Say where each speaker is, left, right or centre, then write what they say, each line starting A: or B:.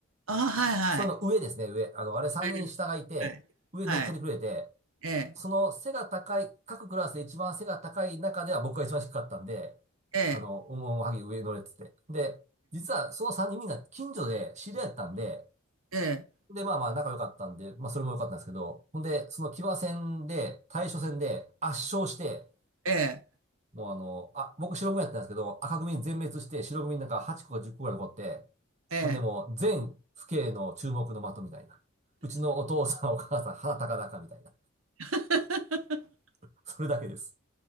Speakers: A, on the right; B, on the right.
A: ああ、はいはい。
B: それの上ですね、上。あの、あれ3人下がいて、
A: ええ。はい。
B: 上に乗っけてくれて、
A: はい。ええ。
B: その背が高い、各クラスで一番背が高い中では僕が一番低かったんで、
A: ええ。
B: あの、おもおもはぎ上に乗れって言って。で、実はその3人みんな近所で知り合いだったんで、
A: ええ。
B: で、まあまあ仲良かったんで、まあそれも良かったんですけど、ほんで、その騎馬戦で、対処戦で圧勝して、
A: ええ。
B: もうあの、あ、僕白組やったんですけど、赤組全滅して白組なんか8個か10個ぐらい残って、
A: ええ。
B: ほんでもう全父兄の注目の的みたいな。うちのお父さんお母さん鼻高々みたいな。
A: <laughs>
B: <laughs> それだけです。